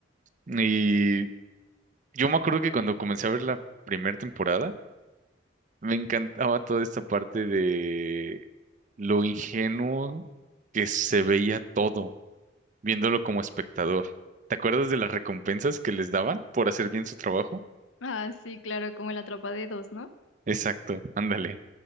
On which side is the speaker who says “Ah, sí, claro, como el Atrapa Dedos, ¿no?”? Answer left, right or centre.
Left